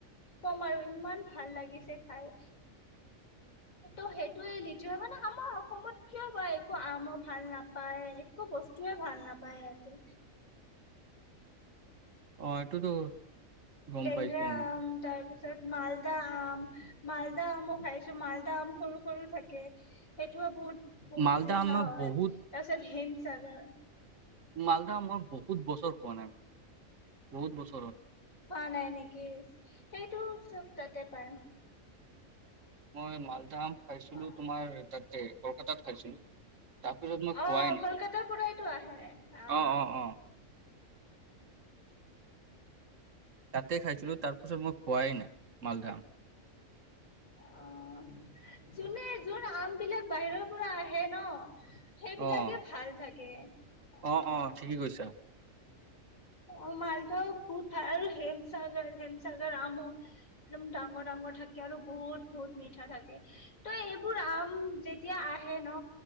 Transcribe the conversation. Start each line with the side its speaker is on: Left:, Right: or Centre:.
Left: কম আৰু ইমান ভাল লাগিছে খাই।
Right: <inaudible>
Left: ত' সেইটোৱে লিছু হয় মানে আমাৰ অসমত কিয় বা একো আমৰ ভাল নাপায় একো বস্তু। একোৱেই ভাল নাপায় ইয়াতে।
Right: অ এইটোতো গম
Left: লেংগৰা
Right: পাইছো মই
Left: আম তাৰপিছত মালদা আম। মালদা আমো খাইছো, মালদা আম সৰু সৰু থাকে সেইটো বহুত বহুত
Right: মালদা
Left: মিঠা
Right: আম মই
Left: হয়
Right: বহুত
Left: তাৰ পিছত হিম চাগাৰ।
Right: মালদহ মই বহুত বছৰ পোৱা নাই বহুত বছৰত।
Left: খোৱা নাই নেকি সেইটো চ'ব তাতে পায়।
Right: মই মালধা আম খাইছিলো
Left: অ
Right: তোমাৰ তাতে কলকাতাত খাইছিলো। তাৰপিছত মই খোৱাই
Left: অ'
Right: নাই
Left: কলকাতাৰ পৰাইতো আহে আহ।
Right: অ অ অ তাতে খাইছিলো তাৰ পাছত মই খোৱাই নাই মালধাআম।
Left: অ' চিনে যোৱা আম বিলাক বাহিৰৰ পৰা আহে ন। সেইবিলাকে
Right: অ',
Left: ভাল থাকে আহ।
Right: অ', অ', ঠিকেই কৈছা
Left: অ' মালদাও খুত আৰু হেমচাগৰ হেমচাগৰ আম একদম ডাঙৰ ডাঙৰ। থাকে আৰু বহুত বহুত মিঠা থাকে ত এইবোৰ আম যেতিয়া আহে ন।